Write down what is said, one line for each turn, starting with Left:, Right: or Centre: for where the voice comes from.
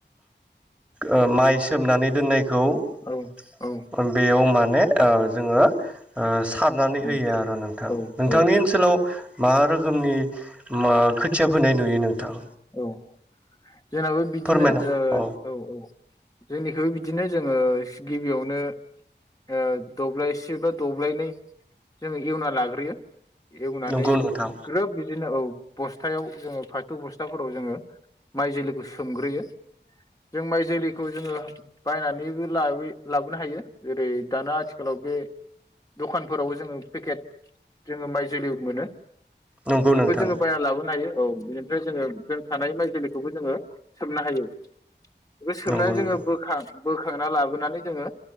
Centre: ओ-माइ सोमनानै दोननाय। खौ
Left: औ औ
Centre: बेयाव। नै ओ-जोङो ओ- सारनानै होयो
Left: औ
Centre: आरो नोंथां
Left: औ
Centre: नोंथांनि
Left: औ
Centre: ओनसोलाव मा रोखोमनि मा खोथिया फोनाय नुयो नोंथां?
Left: औ जोंनाबो बिदिनो
Centre: फोरमायना
Left: औ
Centre: अ
Left: औ। जोंनिखौबो बिदिनो जोङो गिबियावनो ओ-दब्लायसे बा दब्लायनै जोङो एवना लाग्रोयो। एवनानै
Centre: नंगौ नोंथां
Left: ग्रोब बिदिनो औ बस्थायाव। जोंङो फाथो बस्थायाव। बस्थाफोराव जोङो माइ जोलैखौ सोमग्रोयो जों माइ जोलैखौ जोङो बायनानैबो लाबोनो हायो जेरै दाना आथिखालाव बे दखानफोरावबो जोङो पेकेट जोङो माइ जोलै मोनो।
Centre: नंगौ
Left: बेखौ
Centre: नोंथां
Left: जोङो बायना लाबोनो हायो। औ बिनिफ्राय। जोंङो बे। थानाय माइ जोलैखौबो जोङो। सोमनो हायो बेखौ सोमनानै
Centre: नंगौ
Left: जोङो
Centre: नोंथां
Left: बोखांना। बोखांना लाबोनानै जोङो